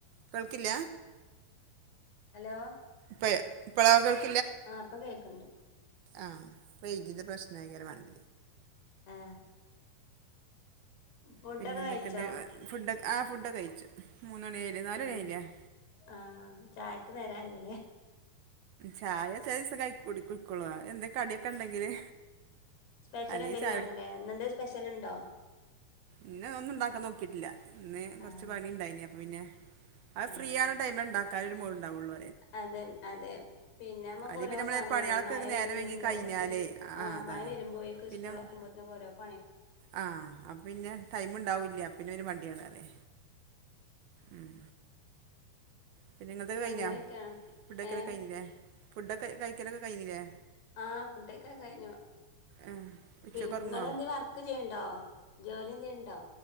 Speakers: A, on the right; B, on the left.
A: ഇവൾക്കില്ല
B: ഹലോ
A: പ്പ <unintelligible>
B: ആ ഇപ്പൊ കേക്കണ്ട്
A: ആ വൈകിയത് പ്രശ്നായകരമാണ്
B: ആ ഫുഡൊക്കെ
A: പിന്നെ എന്തൊക്കെയുണ്ട്
B: കഴിച്ചോ
A: ഫുഡ ആ ഫുഡക്കെ കഴിച്ചു മൂന്ന് മണിയായില്ലേ നാല്
B: എ
A: മണിയായില്ലേ
B: ആ ചായക്ക് നേരായല്ലല്ലേ
A: ചായ ചെല ദിവസം ക കുടി കുടിക്കോള്ളൂ. അന്നെ എന്തെ കടിയൊക്കെ ഉണ്ടെങ്കില്
B: സ്പെഷ്യൽ
A: അല്ലെങ്കി
B: എന്തേലും
A: ചായ
B: വേണലേ.. ഇന്നെന്തേ സ്പെഷ്യല്ണ്ടോ
A: ഇന്ന ഒന്നും ഉണ്ടാക്കാൻ നോക്കിട്ടില്ല ഇന്ന് കൊറച്ച്
B: ആഹ്
A: പണിയുണ്ടായിനി അപ്പ പിന്നെ അത്
B: ആഹ്
A: ഫ്രീ ആണ് ടൈമെ ണ്ടാക്കാനൊരു മൂടുണ്ടാവുള്ളു
B: അതെ അതെ പിന്നെ നമ്മക്ക്
A: അല്ലെ
B: ഓരോ
A: പിന്നെ നമ്മളെ
B: പണിയല്ലേ
A: പണികളൊക്കെ
B: മഴ
A: നേരെ
B: വരുന്നുമ്പോ
A: വൈകി കഴിഞ്ഞാലേ
B: ആ
A: അതാണ്
B: മഴ വരുമ്പോഴേക്കും
A: പിന്നെ
B: സ്കൂള്
A: ഒന്ന്-
B: തുറക്കുമ്പോ <unintelligible>
A: ആ അപ്പ പിന്നെ ടൈമ് ഉണ്ടാവൂല്യ അപ്പ പിന്നൊരു വണ്ടിയാണ് അതെ ഉം പിന്നെ നിങ്ങൾതൊക്കെ കഴിഞ്ഞാ..
B: അങ്ങനെയൊക്കെയാണ്
A: ഫുഡ് കഴിക്കലൊക്കെ
B: ഏഹ്
A: കഴിഞ്ഞില്ലേ.. ഫുഡക്കെ കഴിക്കലൊക്കെ കഴിഞ്ഞിലേ
B: ആ ഫുഡക്ക കഴിഞ്ഞു
A: ആ ഉച്ചയ്ക്ക്
B: പി നി
A: ഉറങ്ങുമോ
B: ങ്ങള് എന്ത് വർക്ക് ചെയ്യണ്ടോ ജോലി എന്ത്യെണ്ടോ